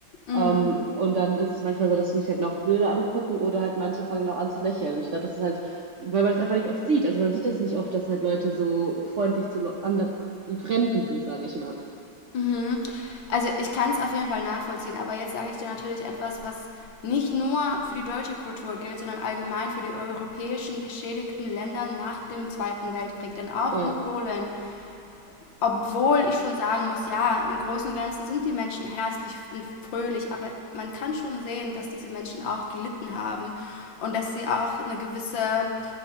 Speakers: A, on the left; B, on the right.
A: Mm.
B: Ähm, und dann ist es manchmal so, dass sie mich halt noch Bilder angucken oder halt manche fangen dann auch an zu lächeln. Und ich glaube, das ist halt, weil man das einfach nicht oft sieht. Also man sieht das nicht oft, dass halt Leute so freundlich zu anderen Fremden sind, sage ich mal.
A: Mhm. Also ich kann es auf jeden Fall nachvollziehen, aber jetzt sage ich dir natürlich etwas, was nicht nur für die deutsche Kultur gilt, sondern allgemein für die europäischen geschädigten Länder nach dem Zweiten Weltkrieg. Denn auch
B: Ja.
A: in Polen, obwohl ich schon sagen muss, ja, im Großen und Ganzen sind die Menschen herzlich und fröhlich, aber man kann schon sehen, dass diese Menschen auch gelitten haben und dass sie auch eine gewisse